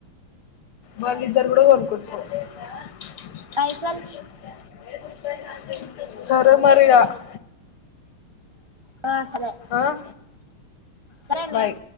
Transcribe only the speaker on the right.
పైసలు
ఆ సరే
సరేనే